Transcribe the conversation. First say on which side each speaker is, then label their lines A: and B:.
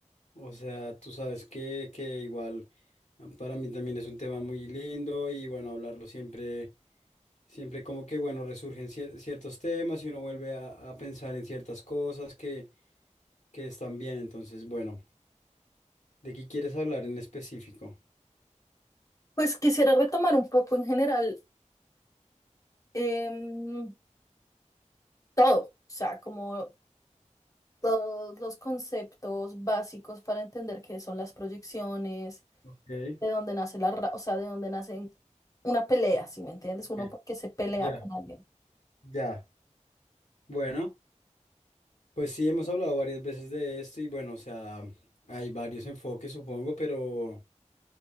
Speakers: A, on the left; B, on the left.
A: O sea, tú sabes que, que igual ah, para mí también es un tema muy lindo y bueno, hablarlo siempre, siempre como que bueno, resurgen cier- ciertos temas y uno vuelve a, a pensar en ciertas cosas que, que están bien. Entonces, bueno, ¿de qué quieres hablar en específico?
B: Pues quisiera retomar un poco en general em, todo, o sea, como todos los conceptos básicos para entender qué son las proyecciones,
A: Ok,
B: de dónde nace la, ra- o sea, de dónde nace una pelea, si me entiendes?
A: ok,
B: Uno porque se pelea
A: ya,
B: con alguien.
A: ya. Bueno, pues sí, hemos hablado varias veces de esto y bueno, o sea, hay varios enfoques, supongo, pero...